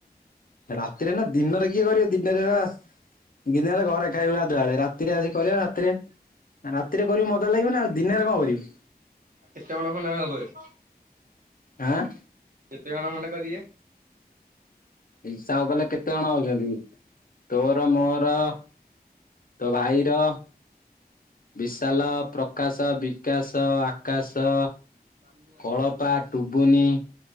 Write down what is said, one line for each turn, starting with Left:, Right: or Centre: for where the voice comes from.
Left: ରାତିରେ ନା। ଦିନରେ କିଏ କରିବ। ଦିନେରେ ହେରା ଆସ୍ ଦିନେରେ ଘରେ ଖାଇବୁ ଗାଧୁଆବେଳେ। ରାତିରେ ଆସିକି କରିବା। ରାତିରେ ରାତିରେ କରିବୁ ମଜା ଲାଗିବ ନା। ଆଉ ଦିନେରେ କଣ କରିବୁ?
Right: ଆଉ କେତେ ଜଣ ଖଣ୍ଡେ ଆଉ ହେବେ?
Left: ଆଁ।
Right: କେତେଜଣ ଖଣ୍ଡେ କରିବେ।
Left: ହିସାବ କଲେ କେତେଜଣ ହଉଛନ୍ତି ତୋର ମୋର। ତୋ ଭାଇର। ବିଶାଲ, ପ୍ରକାଶ, ବିକାଶ, ଆକାଶ।
Right: ମାନୁଆ
Left: କଳପା, ଟୁବୁନି।